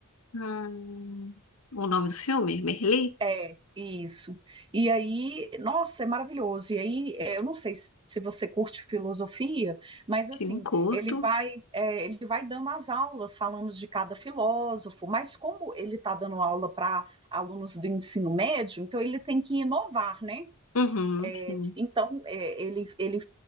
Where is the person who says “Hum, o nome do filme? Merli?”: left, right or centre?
Left